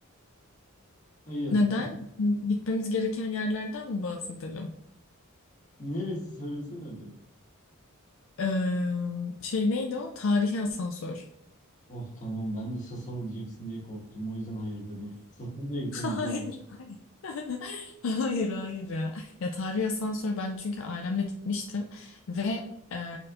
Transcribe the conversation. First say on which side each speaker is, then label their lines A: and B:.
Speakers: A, on the left; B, on the left.
A: Hayır.
B: Neden? Gitmemiz gereken yerlerden mi bahsedelim?
A: Neresi söylesene be.
B: Ee, şey neydi o? Tarihi asansör.
A: Oh tamam ben de Sasal diyeceksin diye korktum. O yüzden hayır dedim. Sasalı'ya gitmemiz
B: Hayır,
A: lazım.
B: hayır. <laughs> Hayır, hayır ya. Ya tarihi asansör ben çünkü ailemle gitmiştim ve e,